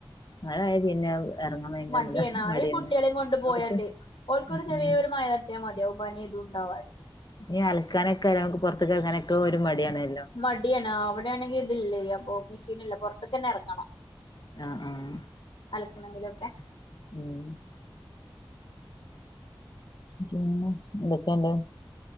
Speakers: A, on the left; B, on the left.
A: മഴയാ പിന്നെ എറങ്ങാൻ ഭയങ്കര
B: മടിയാണ്
A: മട
B: അ
A: മടിയാണ്
B: ഈ കുട്ട്യളീം കൊണ്ട് പോയാണ്ട്
A: അവക്ക്
B: ഓൽക്കൊര് ചെറിയൊരു
A: ഉം
B: മയ ട്ട്യാ മതിയാവും പനി തുണ്ടാവാന്
A: ഇ അൽക്കാനൊക്കെ ഒരാളെ പൊറത്ത്ക്ക് എർങ്ങാനൊക്കെ ഒര് മടിയാണല്ലോ
B: മടിയണ് ആഹ അവടെ ആണെങ്കി ഇത് ഇല്ലേ അപ്പൊ മിഷീന് ഇല്ല പൊറത്ത്കെന്നെ എറങ്ങണം
A: ആഹ ആഹ
B: അലക്കണങ്കിലൊക്കെ
A: ഉം പിന്നെ എന്തൊക്കെണ്ട്